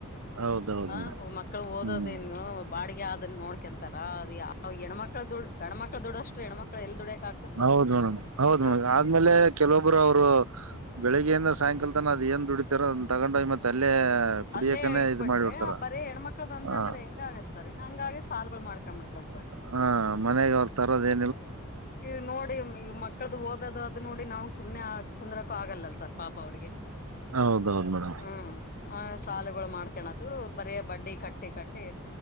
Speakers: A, on the right; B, on the left.
A: ಹೌದೌದು
B: ಹ ಮಕ್ಕಳ ಓದೋದ
A: ಹ್ಮ್
B: ಇನ್ನು ಬಾಡಿಗೆ ಆದನ್ನ ನೋಡ್ಕೊಂತರ ಅದು ಹೆಣ್ಮಕ್ಳ ದುಡ್ಡು ಗಣ್ಮ ಮಕ್ಳ ದುಡ್ಡಷ್ಟು ಹೆಣ್ಮಕ್ಳ ಎಲ್ ದುಡ್ಯಕ್ ಆಗ್ತ ಸರ್
A: ಹೌದ್ ಮೇಡಮ್ ಹೌದ್ ಮೇಡಮ್
B: ಹ
A: ಆದ್ಮೇಲೆ ಕೆಲವೊಬ್ರು ಅವರು ಬೆಳಿಗ್ಗೆಯಿಂದ ಸಾಯಂಕಾಲದ ತನ ಅ ಏನ್ ದುಡಿತಾರ ಅತಗೊಂಡ ಮತ್ತತ್ ಅಲ್ಲೇ ಕುಡಿಯಕನೆ
B: ಅಲ್ಲೇ ಇಟ್
A: ಇದ್
B: ಬಿಟ್ರೆ
A: ಮಾಡಿ ಬಿಡ್ತಾರ
B: ಬರೇ ಹೆಣ್ಮಕ್ಳುಂದ
A: ಹ
B: ಅಂದ್ರೆ ಹೆಂಗ ಆಗತ್ ಸರ್ ಇನ್ನು ಹಂಗಾಗಿ ಸಾಲುಗಳು ಮಾಡ್ಕೊಂಡ್ ಬಿಡ್ತಾರ್ ಸರ್
A: ಹಾ ಮನಯಾಗ ಅವ್ರು ತರೋದೇ
B: ಇ ನೋಡಿ ಮಕ್ಕಳ್ದು ಓದದ ಅದು ನೋಡಿ ನಾವು ಸುಮ್ನೆ ಕುಂದರಕು ಆಗಲ್ಲಲ್ ಸರ್ ಪಾಪ ಅವ್ರಿಗೆ
A: ಹೌದೌದು ಮೇಡಮ್
B: ಹ್ಮ್ ಸಾಲುಗಳು ಮಾಡ್ಕಣದು ಬರೀ ಬಡ್ಡಿ ಕಟ್ಟಿ ಕಟ್ಟಿ